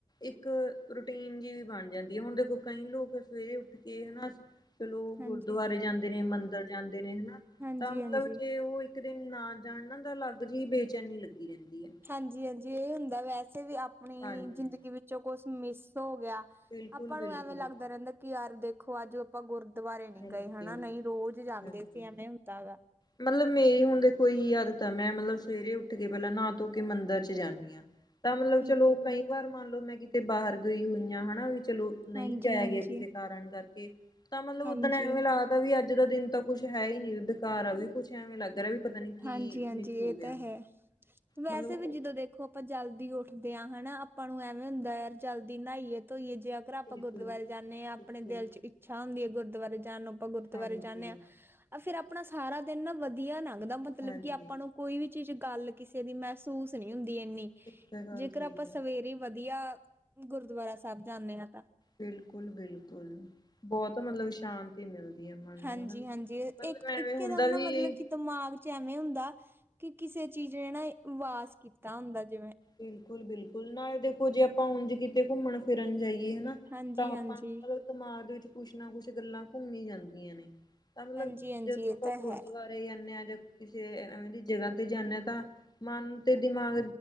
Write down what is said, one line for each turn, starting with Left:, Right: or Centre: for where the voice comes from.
Left: ਇੱਕ ਰੂਟੀਨ ਜਿ ਵੀ ਬਣ ਜਾਂਦੀ ਹੈ। ਹੁਣ ਦੇਖੋ ਕਈ ਲੋਕ ਸਵੇਰੇ ਉੱਠ ਕੇ ਹਨਾ ਚਲੋ
Right: ਹਾਂਜੀ
Left: ਗੁਰਦੁਆਰੇ ਜਾਂਦੇ ਨੇ, ਮੰਦਿਰ ਜਾਂਦੇ ਨੇ, ਹਨਾ
Right: ਹਾਂਜੀ
Left: ਤਾਂ ਮਤਲਬ
Right: ਹਾਂਜੀ
Left: ਜੇ ਉਹ ਇੱਕ ਦਿਨ ਨਾ ਜਾਣ ਨਾ ਤਾਂ ਅਲੱਗ ਜਿਹੀ ਬੇਚੈਨੀ ਲੱਗੀ ਰਹਿੰਦੀ ਹੈ।
Right: ਹਾਂਜੀ, ਹਾਂਜੀ ਇਹ ਹੁੰਦਾ ਵੈਸੇ ਵੀ ਆਪਣੀ
Left: ਹਾਂਜੀ
Right: ਜ਼ਿੰਦਗੀ ਵਿੱਚੋਂ ਕੁਸ ਮਿਸ ਹੋ ਗਿਆ।
Left: ਬਿਲਕੁਲ
Right: ਆਪਾਂ
Left: ਬਿਲਕੁਲ
Right: ਨੂੰ ਐਵੇਂ ਲੱਗਦਾ ਰਹਿੰਦਾ ਕਿ ਯਾਰ ਦੇਖੋ ਅੱਜ ਆਪਾਂ ਗੁਰਦੁਆਰੇ ਨਹੀਂ
Left: ਹਾਂਜੀ
Right: ਗਏ ਹਨਾ, ਨਹੀਂ ਰੋਜ਼ ਜਾਂਦੇ
Left: ਹਾਂਜੀ
Right: ਸੀ ਐਵੇਂ ਹੁੰਦਾ ਹੈਗਾ।
Left: ਮਤਲਬ ਮੇਰੀ ਹੁਣ ਦੇਖੋ ਇਕੋ ਹੀ ਆਦਤ ਮੈਂ ਮਤਲਬ ਸਵੇਰੇ ਉੱਠ ਕੇ ਪਹਿਲਾਂ ਨਾ ਧੋ ਕੇ ਮੰਦਿਰ ਚ ਜਾਣਾ। ਤਾਂ ਮਤਲਬ
Right: ਠੀਕ
Left: ਚਲੋ
Right: ਹੈ
Left: ਕਈ
Right: ਜੀ
Left: ਵਾਰ ਮੰਨ ਲੋ ਮੈਂ ਕਿਤੇ ਬਾਹਰ ਗਈ ਹੋਈ ਹਾਂ ਹਨਾ ਵੀ ਚਲੋ ਨਹੀਂ
Right: ਹਾਂਜੀ
Left: ਜਾਇਆ
Right: ਹਾਂਜੀ
Left: ਗਿਆ ਕਿਸੇ ਕਾਰਨ ਕਰਕੇ ਤਾਂ ਮਤਲਬ
Right: ਹਾਂਜੀ
Left: ੳਹ ਤਾਂ ਤਾਂ ਵੀ ਅੱਜ ਦਾ ਦਿਨ ਤਾਂ ਕੁੱਛ ਹੈ ਹੀ ਨੀ ਬੇਕਾਰ ਆ ਵੀ ਕੁੱਛ ਐਵੇਂ ਲੱਗ ਰਿਹਾ ਵੀ ਪਤਾ ਨੀ ਕੀ
Right: ਹਾਂਜੀ -ਹਾਂਜੀ
Left: ਮਿਸ ਹੋ
Right: ਇਹ
Left: ਗਿਆ
Right: ਤਾਂ ਹੈ, ਵੈਸੇ
Left: ਮਤਲਬ ਉਹ
Right: ਵੀ ਜਦੋਂ ਦੇਖੋ ਆਪਾਂ ਜਲਦੀ ਉੱਠਦੇ ਹਾਂ ਹਨਾ ਆਪਾਂ ਨੂੰ ਐਵੇਂ ਹੁੰਦਾ ਯਾਰ ਜਲਦੀ ਨਾਈਏ ਧੋਈਏ ਜੇ ਗਰ ਆਪਾਂ
Left: ਬਿਲਕੁਲ
Right: ਗੁਰਦੁਆਰੇ ਜਾਂਦੇ ਹਾਂ, ਆਪਣੇ
Left: ਬਿਲਕੁਲ
Right: ਦਿਲ ਚ ਇੱਛਾ ਹੁੰਦੀ ਹੈ ਗੁਰਦੁਆਰੇ ਜਾਣ ਨੂੰ ਆਪਾਂ ਗੁਰਦੁਆਰੇ
Left: ਹਾਂਜੀ
Right: ਜਾਂਦੇ ਹਾਂ, ਆ ਫੇਰ ਆਪਣਾ ਸਾਰਾ ਦਿਨ ਨਾ ਵਧੀਆ ਲੰਘਦਾ ਮਤਲਬ
Left: ਹਾਂਜੀ
Right: ਕਿ ਆਪਾਂ ਨੂੰ ਕੋਈ ਵੀ ਚੀਜ਼ ਗੱਲ ਕਿਸੇ ਦੀ ਮਹਿਸੂਸ ਨਹੀਂ ਹੁੰਦੀ ਇੰਨੀ।
Left: ਇੱਕ ਤਾਂ ਗੱਲ
Right: ਜੇਕਰ
Left: ਸਹੀ
Right: ਆਪਾਂ ਸਵੇਰੇ
Left: ਹੈ
Right: ਵਧੀਆ ਗੁਰਦੁਆਰਾ ਸਾਹਿਬ ਜਾਂਦੇ ਹਾਂ ਤਾਂ।
Left: ਬਿਲਕੁਲ -ਬਿਲਕੁਲ ਬਹੁਤ ਮਤਲਬ ਸ਼ਾਂਤ ਤੀ ਮਿਲਦੀ ਹੈ ਮਨ ਨੂੰ
Right: ਹਾਂਜੀ-ਹਾਂਜੀ
Left: ਹਨਾ ਮਤਲਬ
Right: ਇੱਕ
Left: ਐਵੇਂ
Right: ਇੱਕੇ
Left: ਹੁੰਦਾ
Right: ਦਮ
Left: ਵੀ
Right: ਨਾ ਮਤਲਬ ਕਿ ਦਿਮਾਗ ਚ ਐਵੇਂ ਹੁੰਦਾ ਕਿ ਕਿਸੇ ਚੀਜ਼ ਨੇ ਨਾ ਵਾਸ ਕੀਤਾ ਹੁੰਦਾ ਜਿਵੇਂ।
Left: ਬਿਲਕੁਲ -ਬਿਲਕੁਲ ਨਾਲੇ ਦੇਖੋ ਜੇ ਆਪਾਂ ਉਂਝ ਕਿਤੇ ਘੁੰਮਣ ਫਿਰਨ ਜਾਈਏ ਹਨਾ!
Right: ਹਾਂਜੀ-ਹਾਂਜੀ।
Left: ਤਾਂ ਆਪਾਂ <unintelligible> ਦਿਮਾਗ ਵਿੱਚ ਕੁਛ ਨਾ ਕੁਛ ਗੱਲਾਂ ਘੁੰਮੀ ਜਾਂਦੀਆਂ ਨੇ। ਤਾਂ ਮਤਲਬ
Right: ਹਾਂਜੀ-ਹਾਂਜੀ
Left: ਜਦੋਂ
Right: ਇਹ
Left: ਆਪਾਂ
Right: ਤਾਂ ਹੈ
Left: ਗੁਰਦੁਆਰੇ ਜਾਂਦੇ <unintelligible> ਹਾਂ ਜਾਂ ਕਿਸੇ ਐਵੇਂ ਦੀ ਜਗ੍ਹਾ ਤੇ ਜਾਂਦੇ ਹਾਂ ਤਾਂ ਮਨ ਤੇ ਦਿਮਾਗ,